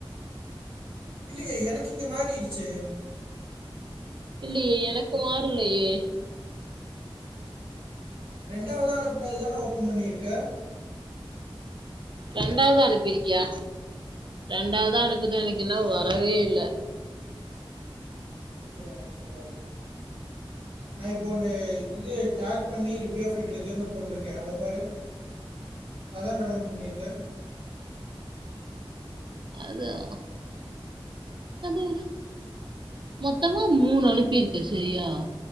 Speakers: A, on the right; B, on the right.
A: இல்லயே எனக்கு இங்க மாறிருச்சே
B: இல்லியே எனக்கு மாறலயே
A: ரெண்டாவதா அனுப்புனது தான ஓப்பன் பண்ணிருக்க
B: ரெண்டாவது அனுப்பிருக்கியா ரெண்டாவதா அனுப்புனது எனக்கு இன்னு வரவே இல்ல
A: இர இப்ப பார நா இப்போ ஒன்னு இது டேக் பண்ணி ரிவியூ ஆஃப் லிட்ரேச்சர்னு போட்டிருக்கே அத பாரு அதான டவுன்லோட் பண்ணிருக்க
B: அதா அது மொத்தமா மூணு அனுப்பிருக்க சரியா